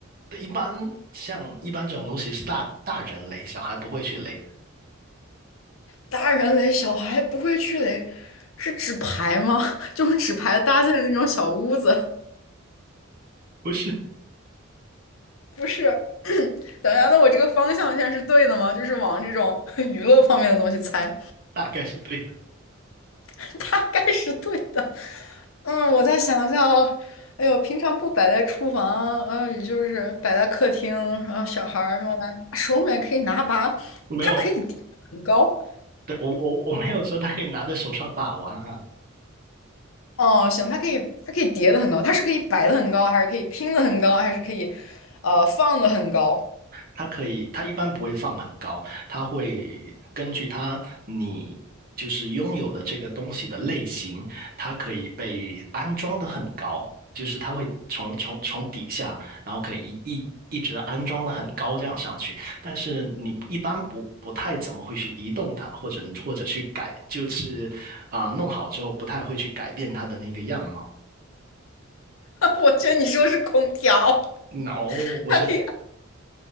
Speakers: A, on the right; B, on the left.
A: 一般像一般这种东西是大大人垒，小孩不会去垒的，
B: 大人垒小孩不会去垒，是纸牌吗？<laughs> 就是纸牌搭建的那种小屋子，
A: 不是，
B: 不是？<coughs> <clears throat> 等一下，那我这个方向线是对的吗？就是往这种 <laughs> 娱乐方面的东西猜。
A: 大概是对的，
B: <laughs> 大概是对的。嗯，我再想想啊，哎呦，平常不摆在厨房，然也就是摆在客厅，然后小孩儿用来手里面可以拿把，
A: 没有。
B: 它可以叠得很高。
A: 对，我我我没有说他可以拿在手上把玩哈，
B: 哦，行，它可以，它可以叠的很高，它是可以摆的很高，还是可以拼的很高，还是可以，呃，放的很高？
A: 他可以，他一般不会放很高，他会根据他你就是拥有的这个东西的类型，它可以被安装的很高，就是它会从从从底下，然后可以一一一直安装的很高这样上去，但是你一般不不太怎么会去移动它，或者或者去改，就是啊、弄好之后不太会去改变它的那个样貌。
B: <laughs> 我觉得你说是空调，
A: No，不是，
B: 它可以，啊，